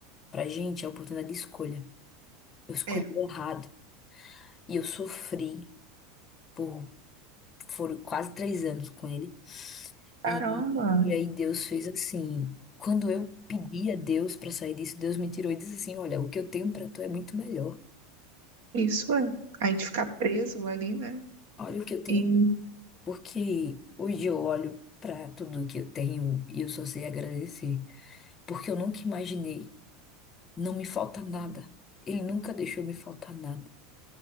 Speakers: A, on the left; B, on the right.
A: pra gente a oportunidade de escolha. Eu escolhi
B: É.
A: errado e eu sofri por foram quase três anos com ele.
B: Caramba,
A: E, e aí Deus fez assim. Quando eu pedi a Deus para sair disso, Deus me tirou e disse assim: Olha, o que eu tenho para tu é muito melhor.
B: isso é. A gente ficar preso ali, né?
A: Olha o que eu tenho.
B: E,
A: Porque hoje eu olho para tudo que eu tenho e eu só sei agradecer. Porque eu nunca imaginei. Não me falta nada. Ele nunca deixou me faltar nada.